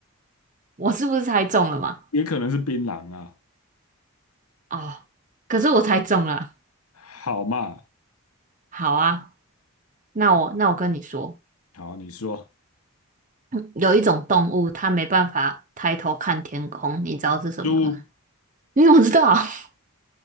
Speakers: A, on the right; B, on the left.
A: 我是不是猜中了嘛？
B: 也可能是槟榔啊。
A: 哦，可是我猜中了。
B: 好嘛，
A: 好啊。那我那我跟你说，
B: 好，你说
A: 嗯有一种动物它没办法抬头看天空，你知道是什么吗？
B: 猪，
A: <laughs> 你怎么知道？<laughs>